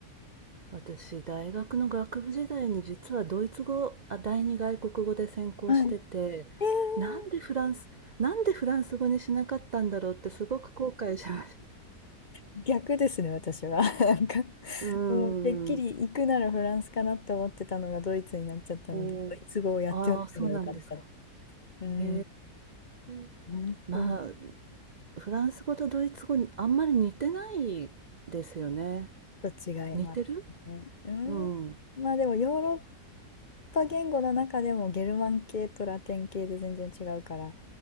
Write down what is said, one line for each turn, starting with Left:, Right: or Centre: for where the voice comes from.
Right: 私、大学の学部時代に実はドイツ語、あ、第二外国語で専攻してて、
Left: はい。えー
Right: なんでフランス、なんでフランス語にしなかったんだろうってすごく後悔しました。
Left: 逆ですね、私は。<laughs> なんか、
Right: うー
Left: もうてっきり行くならフランスかなって思ってたのがドイツになっちゃったので、
Right: ん。おー。
Left: ドイツ語をやっておけばよかった。
Right: ああ、そうなんですか。
Left: うん、
Right: へえ。
Left: 本当にち
Right: まあ、フランス語とドイツ語、あんまり似てないですよね。
Left: ょっと違いますね。
Right: 似てる
Left: うん、
Right: うん。
Left: まあでもヨーロッぱ言語の中でもゲルマン系とラテン系で全然違うから、